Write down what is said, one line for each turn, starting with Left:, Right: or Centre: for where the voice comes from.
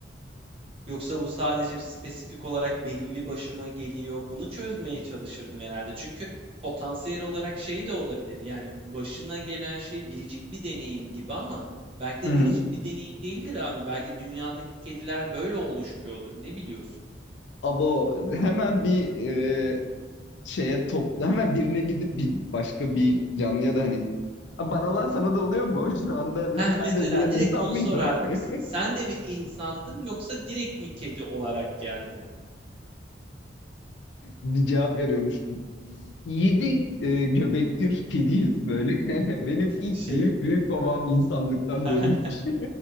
Right: Yoksa bu sadece spesifik olarak benim mi başıma geliyor? Bunu çözmeye çalışırdım herhalde. Çünkü potansiyel olarak şey de olabilir. Yani başına gelen şey biricik bir deneyim gibi ama belki de
Left: Hı hı.
Right: biricik bir deneyim değildir abi. Belki dünyadaki kediler böyle oluşuyordur. Ne biliyorsun?
Left: Abo hemen bir e, şeye topla. Hemen birine gidip bir başka bir canlıya da hani "Aa, bana olan sana da oluyor mu? <laughs> Şu anda mesela
Right: Heh,
Left: sen
Right: mesela
Left: de önceden
Right: direkt
Left: insan
Right: onu
Left: mıydın?
Right: sorardım.
Left: <laughs>
Right: Sen de mi insandın yoksa direkt mi kedi olarak geldin?
Left: bir cevap veriyormuş. Biz yedi e, göbektir kediyiz böyle. <laughs> Benim ilk
Right: Şey,
Left: büyük büyük babam insanlıktan
Right: <laughs>
Left: döndü. <laughs>